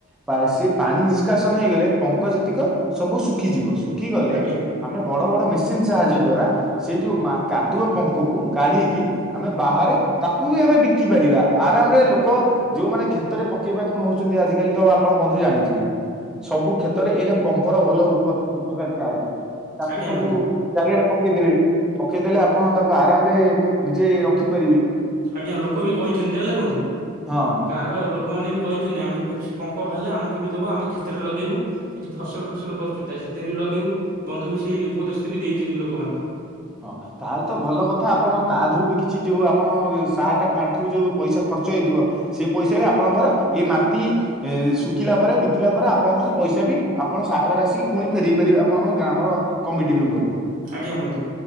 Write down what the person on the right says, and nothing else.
ଆଜ୍ଞା
ଆଜ୍ଞା
ବନ୍ଧୁ
ଆଜ୍ଞା, ଲୋକ ବି କହିଛନ୍ତି। ଜାଣିଲେ ବନ୍ଧୁ!
ଗାଁ ର ଲୋକମାନେ ବି କହିଛନ୍ତି, ଆମେ ସେ ପଙ୍କ ବାହାରଲେ ଆମକୁ ବି ଦବ, ଆମେ କ୍ଷତରେ ଲଗେଇବୁ। କିଛି ଫସଲ ଫସଲ କରୁଛୁ। ତା ସେଥିରେ ବି ଲଗେଇବୁ। ବନ୍ଧୁ ବି ସେଇ ଉପଦେଶ ବି ଦେଇଛନ୍ତି ଲୋକମାନେ।
ଆଜ୍ଞା ବନ୍ଧୁ।